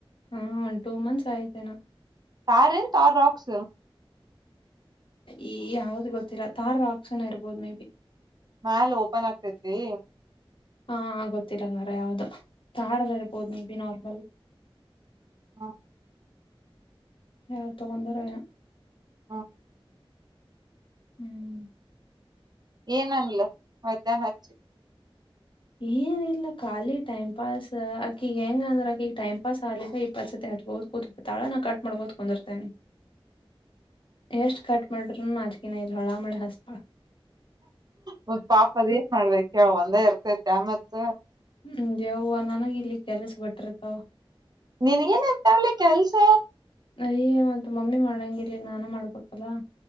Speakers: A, on the left; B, on the right.
A: ಹಾ ಒನ್ ಟೂ ಮಂತ್ಸ್ ಆಯ್ತೇನೊ.
B: ತಾರ ತಾರಾಕ್ಸ್.
A: ಈ ಯಾವ್ದ್ ಗೊತ್ತಿಲ್ಲ ತಾರ್ ರಾಕ್ಸನ ಇರ್ಬೋದು ಮೇ ಬಿ.
B: ಮಾಲ್ ಓಪನ್ ಆಗ್ತೈತೀ?
A: ಹಾ ಗೊತ್ತಿಲ್ಲಂಗಾರ ಯಾವ್ದು. ತಾರ್ ಎಲ್ಲ ಇರ್ಬೋದು ಮೇ ಬಿ ನಾರ್ಮಲ್.
B: ಹಾ.
A: ಯಾರ್ ತೊಗಂದಾರ ಏನಾ?
B: ಹಾ.
A: ಹ್ಮ್.
B: ಏನಂದ್ಲು? ಮಧ್ಯಾಹ್ನ ಹಚ್ಚು.
A: ಏನಿಲ್ಲ ಖಾಲಿ ಟೈಮ್ ಪಾಸಾ, ಅಕಿಗ ಹೆಂಗ ಅಂದ್ರ ಆಕಿಗಿ ಟೈಮ್ ಪಾಸ್ ಆಗ್ಲಿಕ ಇಪ್ಪತ್ ಸತಿ ಹಚ್ಕೊತಾ ಕೂತು. ತಾಳೆನ ಕಟ್ ಮಾಡ್ಕೋತ ಕುಂದುರ್ತೇನಿ. ಎಷ್ಟ್ ಕಟ್ ಮಾಡ್ರಿನು ನಾಚಿಕೆನ ಇಲ್ಲ. ಹೊಳ್ಳ ಮಳ್ಳಿ ಹಸ್ತಾಳ.
B: ಹ್ಮ ಪಾಪ ಅದ ಏನ್ ಮಾಡ್ಬೇಕ್ ಹೇಳು ಒಂದ ಇರ್ತೈತ್ಯಾ ಮತ್ತ.
A: ಹ್ಮ್ ದೆವ್ವ ನನಗ ಇಲ್ಲಿ ಕೆಲ್ಸ ಬಿಟ್ರತಾವ.
B: ನೀನಗೇನ್ ಏನ್ತಾವಲ್ಲ ಕೆಲ್ಸ?
A: ಅಯ್ಯೋ ಅದ್ ಮಮ್ಮಿ ಮಾಡಂಗಿಲ್ಲಿ ಈಗ್ಶ ನಾನೆ ಮಾಡ್ಬೇಕಲ್ಲಾ.